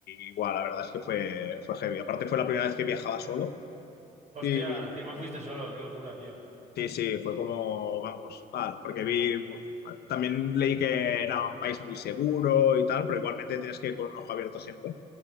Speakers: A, on the left; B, on the right.
A: igual, la verdad es que fue, fue heavy. Aparte fue la primera vez que viajaba solo
B: Hostia,
A: y
B: encima fuiste solo, qué locura, tío.
A: sí, sí, fue como, vamos, tal, porque vi, también leí que era un país muy seguro y tal, pero igualmente tienes que ir con un ojo abierto siempre.